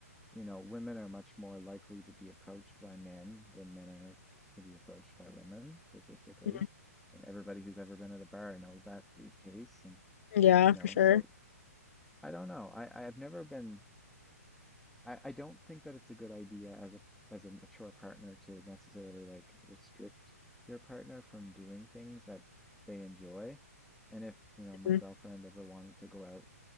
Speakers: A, in the centre; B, on the left.
A: you know, women are much more likely to be approached by men than men are to be approached by women statistically.
B: mm,
A: I mean, everybody who's ever been at a bar knows that to be the case. And,
B: yeah,
A: you know,
B: for sure.
A: so I don't know. I, I've never been I, I don't think that it's a good idea as a as a mature partner to necessarily like restrict your partner from doing things that they enjoy. And if, you know, my
B: Mm,
A: girlfriend ever wanted to go out,